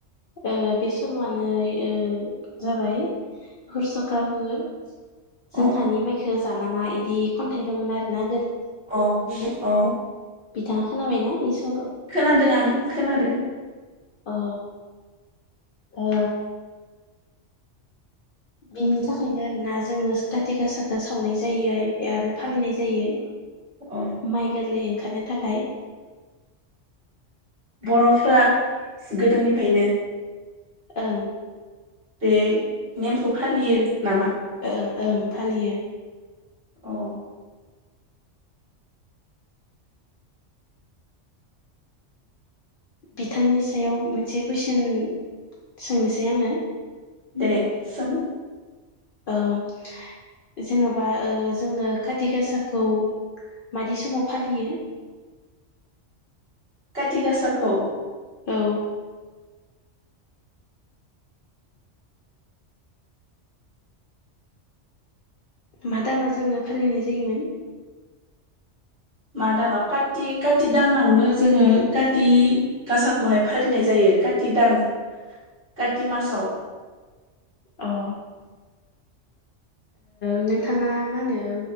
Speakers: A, on the left; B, on the right.
A: ओ बे सल'आनो ओ जाबाय हुर सखा हुर
B: अ
A: जोंहानि माइखो जानाङा इदि खन्थाइ दंमोन आरो ना
B: औ औ
A: बिथाङा खोनाबायना इ स
B: खोनादों आं खोनादों
A: अ ओ बेनि थाखायनो आरो ना जोङो खाति गासाखौ सावनाय जायो आरो फालिनाय जायो
B: अ
A: माइ गोरलै खारनो थाखाय
B: बर'फ्रा गोदोनिफ्रायनो
A: ओं
B: बे नेमखौ फालियो नामा?
A: ओं ओं फालियो
B: औ
A: बिथांनि सायाव मोनसे कुइसन सोंनोसै आङो
B: दे सों
A: ओ जेनबा ओ जोङो खाति गासाखौ मादि समाव फालियो?
B: काथि गासाखौ
A: औ। मा दानाव जोङो फालिनाय जायोमोन?
B: मा दानाव कति कति दानावनो जोङो काति गासाखौहाय फालिनाय जायो। काति दान। काति मासाव।
A: अ ओ नोंथाङा मा होनो